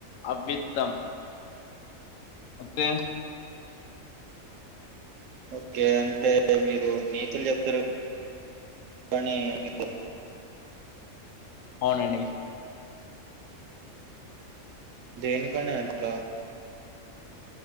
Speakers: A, on the left; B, on the right.
A: అబ్బిత్తాం అంతే
B: ఓకే అంటే మీరు నీతులు చెప్తారు గానీ <inaudible>
A: అవునండి
B: దేనికై నాయ్ అట్లా